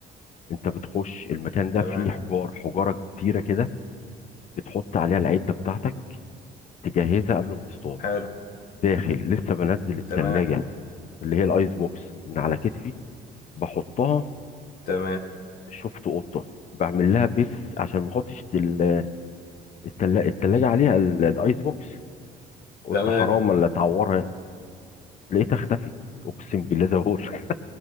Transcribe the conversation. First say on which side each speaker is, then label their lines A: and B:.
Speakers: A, on the left; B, on the left.
A: انت بتخش المكان ده
B: تمام
A: فيه حجار حجارة كتيرة كده بتحط عليها العدة بتاعتك تجهزها قبل ما تصطاد
B: حلو
A: داخل لسه بنزل التلاجة
B: تمام
A: اللي هي الايس بوكس من على كتفي بحطها
B: تمام
A: شفت قطة بعمل لها بس عشان ما احطش التل- التلا- التلاجة عليها ال- الايس بوكس قلت
B: تمام
A: حرام ولا تعورها لقيتها اختفت اقسم بالله زي ما بقول لك